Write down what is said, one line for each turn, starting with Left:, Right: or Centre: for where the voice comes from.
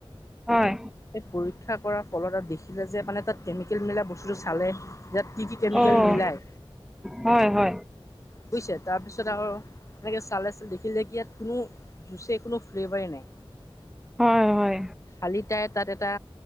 Centre: হয়
Left: সেই পৰীক্ষা কৰা কলহ তাত দেখিলে যে মানে তাত কেমিকেল মেলা বস্তুটো চালে ইয়াত কি কি কেমিকেল
Centre: অঁ
Left: মিলায়
Centre: হয় হয়
Left: বুজিছে তাৰপিছত আৰু এনেকে চালে চ দেখিলে কি ইয়াত কোনো জুচ কোনো ফ্লেভাৰেই নাই।
Centre: হয় হয়
Left: শালি তাই তাত এটা